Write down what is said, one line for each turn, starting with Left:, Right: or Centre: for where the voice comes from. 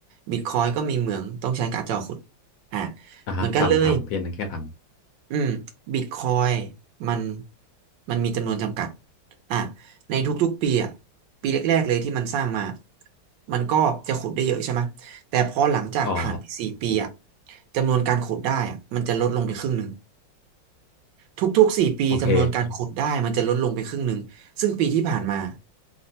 Right: บิตคอยก็มีเหมืองต้องใช้การ์ดจอขุดอ่า
Left: อ่าฮะทำทำเพียงนั้นแค่ท
Right: เหมือนกันเลย อืมบิตคอยมันมันมีจำนวนจำกัดอ่ะในทุกๆปีอ่ะปีแรกๆเลยที่มันสร้างมามันก็จะขุดได้เยอะใช่ไหมแต่พอหลังจากผ่านไปสี่ปีอ่ะ
Left: ำอ๋อ
Right: จำนวนการขุดได้อ่ะมันจะลดลงไปครึ่งหนึ่งทุกๆสี่ปีจำนวนการขุดได้มันจะลดลงไปครึ่งหนึ่งซึ่งปีที่ผ่านมา
Left: โอเค